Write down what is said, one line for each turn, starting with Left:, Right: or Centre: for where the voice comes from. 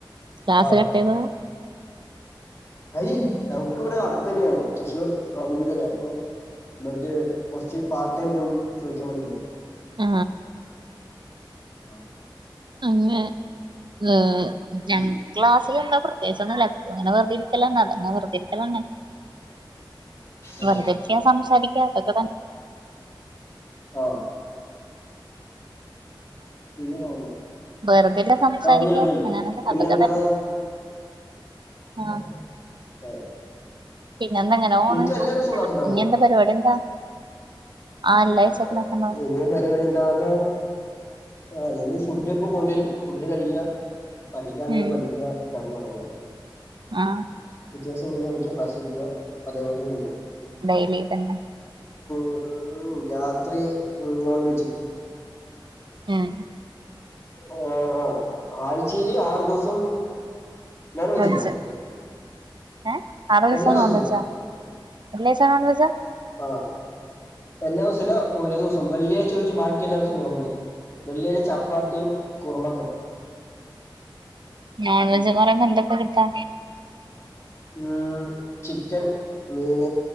Right: ക്ലാസ്
Left: ആ
Right: കട്ട് ചെയ്തതാ
Left: അയ് ഞമ്ക്കിവിടെ അടുത്ത് തന്നെയാണ് തൃശ്ശൂർ റൗണ്ട് തന്നെയാണ് അപ്പൊ <unintelligible> കൊറച്ച് പാർട്ട് ടൈം ജോബ് ചോയ്ക്കാൻ വേണ്ടി പോയത്
Right: ആ
Left: ആ
Right: അങ്ങനെ ഏ ഞങ്ങൾ
Left: ഉം
Right: ക്ലാസ്സിലെന്താ പ്രത്യേകിച്ച് ഒന്നുല്ല അങ്ങനെ വെറുതെ ഇരിക്കലന്നെ അതന്നെ വെറുതെ ഇരിക്കലന്നെ
Left: ഓ
Right: വെറുതൊക്കാ സംസാരിക്ക അതൊക്കെ തന്നെ
Left: ആഹ <unintelligible> ആഹ്
Right: വെറുതെല്ല സംസാരിക്ക
Left: ഒന്നുമില്ല ഒന്നുമില്ല
Right: അങ്ങനെ
Left: പിന്നെ
Right: അതൊക്കെ
Left: എന്താ
Right: തന്നെ
Left: <unintelligible>
Right: ആഹ് പിന്നെ എന്തങ്ങനെ പോണ്
Left: നിനക്ക് എല്ലാ ദിവസവും ക്ലാസ് ഉണ്ടാവോ
Right: ഇനി എന്താ പരിപാടി എന്താ ആഹ് എല്ലാ ആഴ്ച
Left: ആ
Right: ക്ലാസ് ഉണ്ടാവും
Left: ഇനിയ് പരിപാടി എന്താ പറഞ്ഞാ ആ ഇനി ഫുഡ് ഇപ്പൊ കൊണ്ടുവരും ഫുഡ് കഴിക്ക പഠിക്കാണ്ടെങ്കിൽ
Right: ഉം
Left: പഠിക്ക കറങ്ങ ഒറങ്ങാ
Right: ആഹ്
Left: പിറ്റേ ദിവസം പിന്നെയും എണിക്കാ ക്ലാസ്സിൽ പോവുക അതേപോലെ തന്നെ വരുക
Right: ഡെയ്ലി ഇതന്നെ
Left: ഉം രാത്രി നോൺവെജ്
Right: ആഹ
Left: ആ ആഴ്ചയിൽ ആറു ദിവസം നോൺ വെജ്
Right: ഒഴിച്ച്
Left: അല്ലേ
Right: ഏ ആറു ദിവസം
Left: എല്ലാ ദിവസവും
Right: നോൺവെജോ എല്ലാസിം നോൺവെജാ
Left: ആഹ എല്ലാ ദിവസവുല്ല ഒരു ദിവസം വെള്ളിയാ ഒരു ദിവസം ഒഴിച്ചു ബാക്കിയെല്ലാ ദിവസും നോൺവെജ് വെള്ളിയാഴ്ച ചപ്പാത്തിയും കുറുമ
Right: നോൺവെജ് കൊറെ എന്തൊക്കെ കിട്ടാ
Left: ഉം ചിക്കൻ മീൻ